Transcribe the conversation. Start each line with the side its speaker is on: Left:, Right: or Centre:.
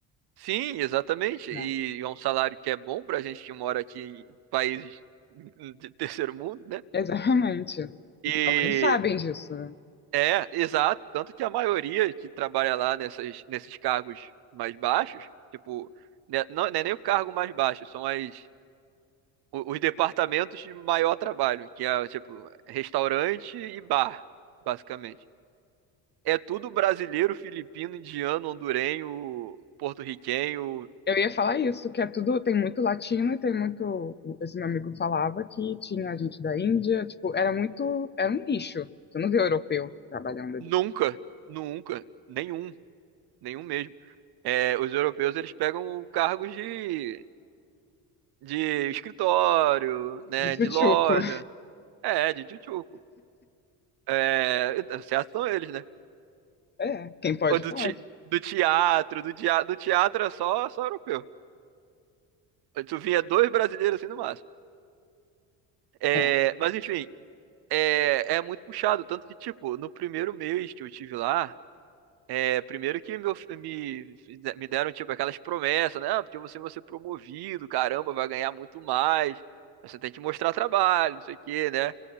Right: Sim, exatamente.
Left: né?
Right: E é um salário que é bom para a gente que mora aqui em países <laughs> de terceiro mundo,
Left: <laughs>
Right: né?
Left: Exatamente.
Right: E
Left: Então, eles sabem disso, né?
Right: é, exato. Tanto que a maioria que trabalha lá nessas, nesses cargos mais baixos, tipo, né, não, não é nem o cargo mais baixo, são as, o- os departamentos de maior trabalho, que é, tipo, restaurante e bar, basicamente. É tudo brasileiro, filipino, indiano, hondurenho, porto-riquenho.
Left: Eu ia falar isso, que é tudo, tem muito latino e tem muito, esse meu amigo falava que tinha gente da Índia, tipo, era muito, era um nicho. Você não vê europeu trabalhando ali.
Right: Nunca, nunca, nenhum nenhum mesmo. É, os europeus eles pegam cargos de, de escritório, né,
Left: De tchutchuco.
Right: de loja,
Left: <laughs>
Right: é, de tchutchuco. É, certo são eles, né?
Left: É, quem pode,
Right: Ou do,
Left: pode.
Right: te- do teatro, do, dia- do teatro é só, só europeu. Tu vinha dois brasileiros assim no máximo. É,
Left: É.
Right: mas enfim, é, é muito puxado. Tanto que, tipo, no primeiro mês que eu estive lá, É, primeiro que meu- me, me deram, tipo, aquelas promessas, né? Ah, porque você vai ser promovido, caramba, vai ganhar muito mais. mas Você tem que mostrar trabalho, não sei o quê, né?